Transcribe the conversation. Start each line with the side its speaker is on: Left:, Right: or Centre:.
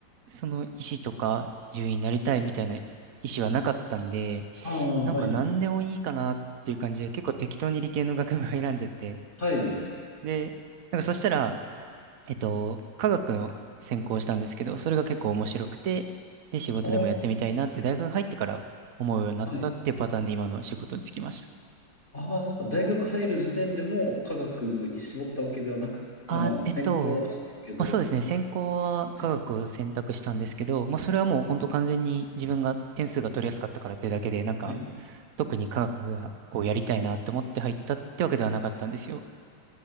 Right: その医師とか獣医になりたいみたいな意思はなかったんで、
Left: ああ、
Right: なんか何でもいいかなっていう感じで結構適当に理系の学部を選んじゃって。
Left: はい。はい。
Right: で、なんかそしたら、えっと、科学を専攻したんですけど、それが結構面白くて、で、仕事でもやってみたいなって大学入ってから思うようになったっていうパターンで今の仕事に就きました。
Left: ああ、はい。ああ、なんか大学入る時点でも科学に絞ったわけではなく、
Right: あ、
Left: あ、まあ、
Right: えっと、
Left: 専攻はしたけど。
Right: まあそうですね、専攻は科学を選択したんですけど、
Left: はい。
Right: まあそれはもう本当完全に自分が点数が取りやすかったからってだけで、なんか
Left: はい。
Right: 特に科学がこうやりたいなって思って入ったってわけではなかったんですよ。